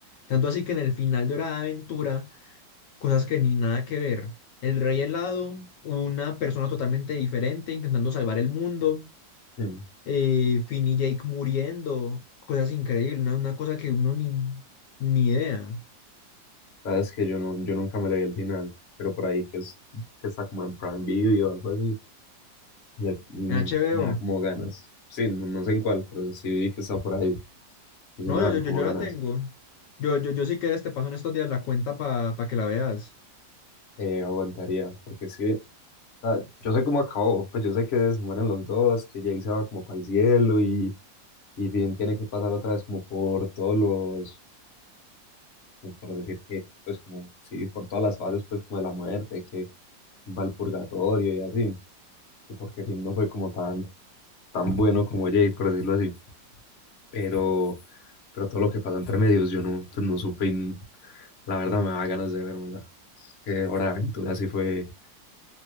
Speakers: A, on the left; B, on the left.
A: Tanto así que en el final de Hora de Aventura, cosas que ni nada que ver. El rey helado, una persona totalmente diferente intentando salvar el mundo
B: Mm, mm.
A: eh, Finn y Jake muriendo, cosas increíbles, una, una cosa que uno ni, ni idea.
B: Sabes que yo, no, yo nunca me le vi el final, pero por ahí que, es, que está como en Prime Video o algo así, le- mm,
A: En HBO.
B: me da como ganas. Sí, no, no sé en cuál, pero sí vi que está por ahí y
A: No,
B: sí me
A: yo,
B: dan
A: yo,
B: como
A: yo, yo
B: ganas.
A: la tengo. Yo, yo, yo si quieres te paso en estos días la cuenta para que la veas.
B: Eh, aguantaría, porque sí, o sea, yo sé cómo acabó, pues yo sé que se mueren los dos, que Jake se va como para el cielo y, y Finn tiene que pasar otra vez como por todos los, como por decir que, pues como, sí, por todas las fases pues como de la muerte, que va al purgatorio y así, que porque Finn no fue como tan tan bueno como Jay, por decirlo así. Pero, pero todo lo que pasó entre medios, yo no, pues no supe y n- la verdad me da ganas de vérmela. Es que Hora de Aventura sí fue